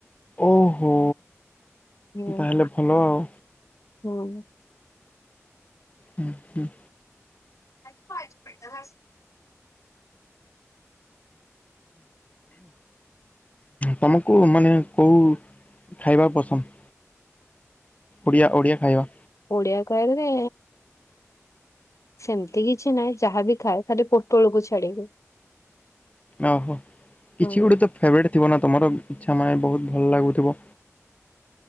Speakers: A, on the left; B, on the left.
A: ଓହୋ।
B: ହୁଁ-
A: ତାହେଲେ ଭଲ ଆଉ।
B: ହୁଁ।
A: ହୁଁ- ହୁଁ।
B: <unintelligible>
A: ତମକୁ କଉ ମାନେ କଉ ଖାଇବା ପସନ୍ଦ୍? ଓଡ଼ିଆ -ଓଡ଼ିଆ ଖାଇବା।
B: ଓଡିଆ କହିଲେ ସେମିତି କିଛି ନାହିଁ ଯାହାବି ଖାଏ ଖାଲି ପୋଟଳକୁ ଛାଡିକି।
A: ଓହୋ କିଛି
B: ହଁ
A: ଗୁଟେ ତ ଫେବରେଟ୍ ଥିବ ନା ତମର ଇଚ୍ଛା ମାନେ ବହୁତ୍ ଭଲ ଲାଗୁଥିବ?